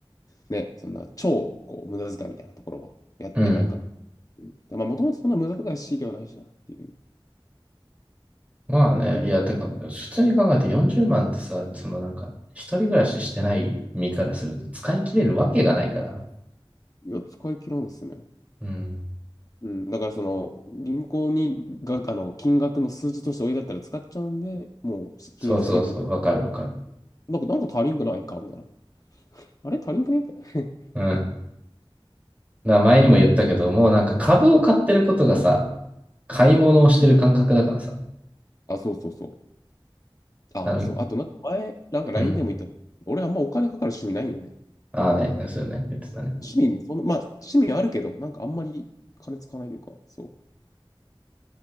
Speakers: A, on the left; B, on the right.
A: ね、そんな、超、こう、無駄遣いみたいなところは、やってないかな。
B: うん。
A: うんまあ、もともとそんな無駄遣いしではないしな、っていう、っ
B: まあね、
A: て思い、
B: いや、てか、普通に考えて40万ってさ、そのなんか、一人暮らししてない身からすると使い切れるわけがないから。
A: いや、使い切らんですね。
B: うん。
A: うん、だからその銀行にがあの金額の数字としておいだったら使っちゃうんで、もう金融さんにぶっこ、
B: そうそうそう、わかるわかる。
A: なんか、なんか足りんくないかみたいな。あれ足りんくねみたい
B: うん。だから前にも言ったけど、もうなんか株を買ってることがさ、買い物をしてる感覚だからさ。
A: な。<laughs> あ、そうそうそう。ああ、
B: あの、
A: そう。あとなんか前、なんか LINE
B: うん。
A: でも言った。俺あんまお金かかる趣味ないんよね。
B: ああね、そうよね、言ってたね。
A: 趣味もその、まあ趣味あるけど、なんかあんまり金使わないというか、そう。